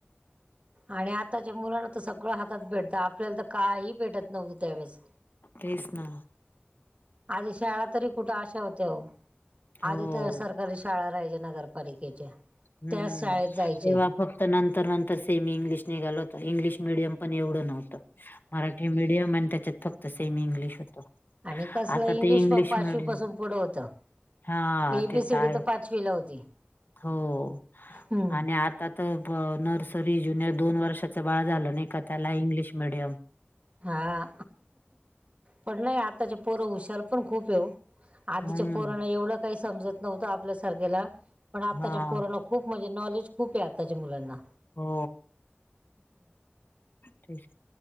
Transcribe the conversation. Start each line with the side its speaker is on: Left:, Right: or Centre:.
Right: आणि आताच्या मुलांना तर सगळं हातात भेटतं आपल्याला तर काही भेटत नव्हतं त्यावेळेस.
Left: तेच ना.
Right: आधी शाळा तरी कुठ अशा होत ओ,
Left: हो
Right: आधी तर सरका कारी शाळा राहायचं नगरपालिकेच्या.
Left: हम्म,
Right: त्याच शाळेत जायचे
Left: तेव्हा फक्त नंतर नंतर सेमी इंग्लिश निघाल होत इंग्लिश मिडियम पण एवढं नव्हतं, मराठी मि डियम आणि त्याच्यात फक्त सेमी इंग्लिश होतं.
Right: आणि कसलं
Left: आता
Right: इंग्लिश
Left: ते
Right: पण पाचवी
Left: मिडियम
Right: पासून पुढं होतं.
Left: हा
Right: ए
Left: ते
Right: बी सी
Left: आहेच
Right: डी तर पाचवी ला होती.
Left: हो,
Right: हम्म
Left: आणि आता तर ब नर्सरी ज्युनियर दोन वर्षाच बाळ झालं नय का त्याला इंग्लिश मिडियम.
Right: हा, पण नाही आताचे पोर हुशार पण खूप ये ओ. आधीच्या
Left: हम्म
Right: पोरांना एवढं काही समजत नव्हतं आपल्यासारख्याला, पण आताच्या
Left: हा
Right: पोरना खूप म्हणजे नॉलेज खूप ये आताच्या मुलांना.
Left: हो, तेच